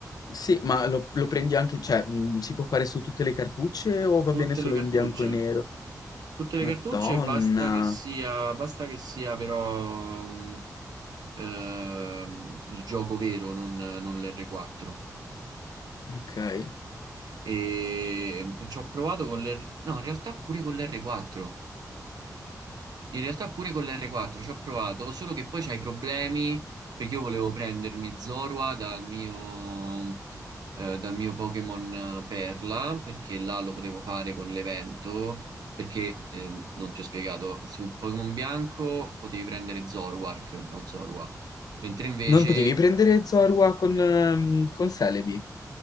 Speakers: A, on the left; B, on the right.
A: Sì, ma lo, lo prendi anche, cioè, mm, si può fare su tutte le cartucce o va
B: Tutte
A: bene solo
B: le cartucce.
A: in bianco e nero?
B: Tutte le
A: Madonna,
B: cartucce, basta che sia, basta che sia però mh, ehm, il gioco vero, non, non l'R4.
A: ok.
B: E ci ho provato con l'R... No, in realtà pure con l'R4. In realtà pure con l'R4 ci ho provato, solo che poi c'hai problemi perché io volevo prendermi Zorua dal mio, eh, dal mio Pokémon eh, Perla, perché là lo potevo fare con l'evento, perché ehm, non ti ho spiegato, su Pokémon Bianco potevi prendere Zoruark, no Zorua, mentre invece
A: Non potevi prendere Zorua con, ehm, con Celebi?